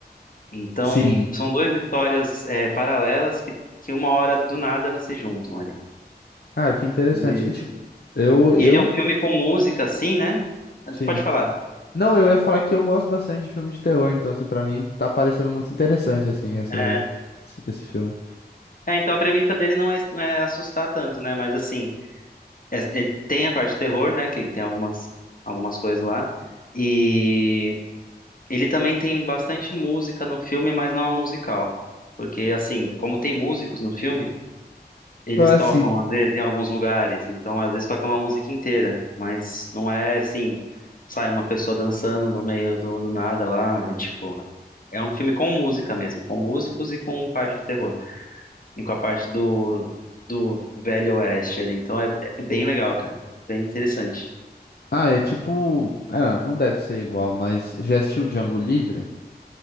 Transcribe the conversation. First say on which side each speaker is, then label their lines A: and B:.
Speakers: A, on the left; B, on the left.
A: Então
B: sim.
A: são duas histórias é, paralelas que, que uma hora do nada elas se juntam ali.
B: Cara, que interessante.
A: E,
B: E, tipo, eu, eu,
A: e ele é um filme com música, assim, né? Ah,
B: sim.
A: tu Pode falar.
B: Não, eu ia falar que eu gosto bastante de filme de terror, então, assim, pra mim tá parecendo muito interessante, assim, essa,
A: É,
B: esse filme.
A: é, então a premissa dele não é, não é assustar tanto, né? Mas assim. é- é- tem a parte do terror, né? Que tem algumas, algumas coisas lá. E ele também tem bastante música no filme, mas não é um musical. Porque, assim, como tem músicos no filme, eles
B: Ah,
A: tocam,
B: sim.
A: às vezes, em alguns lugares. Então, às vezes, tocam uma música inteira. Mas não é assim, sai uma pessoa dançando no meio do, do nada lá. É tipo. É um filme com música mesmo, com músicos e com parte de terror. E com a parte do, do Velho Oeste ali. Então é, é bem legal, cara. Bem interessante.
B: Ah, é tipo. Ah, não, não deve ser igual, mas já assistiu Django Livre?